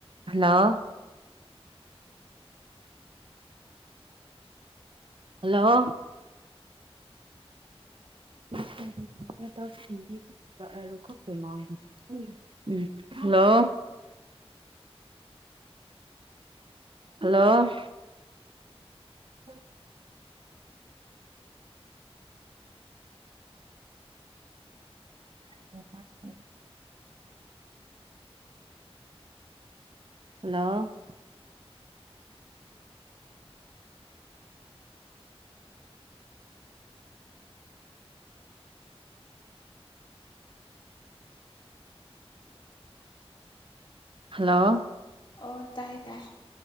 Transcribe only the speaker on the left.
ꯑꯣ ꯇꯥꯏꯌꯦ ꯇꯥꯏ